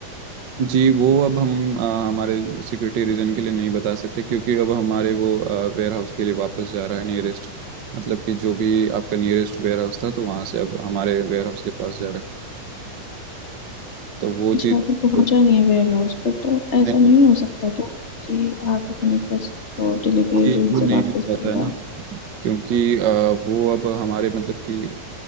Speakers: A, on the right (about 90°); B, on the left (about 25°).
A: जी वो अब हम आ, हमारे सिक्योरिटी रीजन के लिए नहीं बता सकते क्योंकि अब हमारे वो वेयर हाउस के लिए वापस जा रहा है नियरेस्ट मतलब कि जो भी आपका नियरेस्ट वेयर हाउस था तो वहाँ से अब हमारे वेयर हाउस के पास जा रहा है तो वो
B: अच्छा
A: चीज़
B: अभी पहुँचा
A: तो
B: नहीं है वेयर हाउस पे तो ऐसा
A: नहीं
B: नहीं हो सकता क्या कि आप अपने कस- वो डिलीवरी
A: चीज़
B: एजेंट
A: को
B: से
A: नहीं
B: वापस
A: पता
B: बुलवा
A: है ना क्योंकि आ, वो अब हमारे मतलब कि